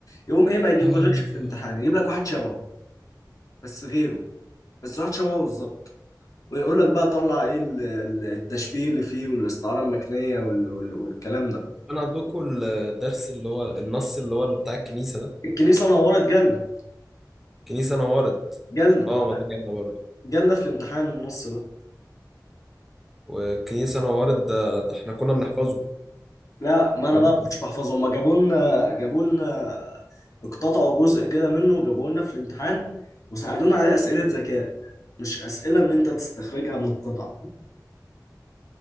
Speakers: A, on the left; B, in the centre.
A: يقوم ايه ما يجيبهولكش
B: آه.
A: في الامتحان يجيب لك واحد شبهه بس غيره بس واحد شبهه بالظبط ويقول لك بقى طلع ايه ال- ال- التشبيه اللي فيه والاستعاره المكنيه وال- وال- والكلام ده
B: كان عندكم الدرس اللي هو النص اللي هو بتاع الكنيسة ده
A: الكنيسه نورت جالنا
B: الكنيسة نورت
A: جالنا
B: اه ما ده جالنا برضه
A: جالنا في الامتحان النص ده
B: والكنيسة نورت ده, ده احنا كنا بنحفظه
A: لا ما انا
B: يعني
A: بقى ما كنتش بحفظه هما جابوا لنا جابوا لنا اقتطعوا جزء كده منه وجابوه لنا في الامتحان وسألونا عليه أسئلة ذكاء مش أسئلة إن أنت تستخرجها من القطع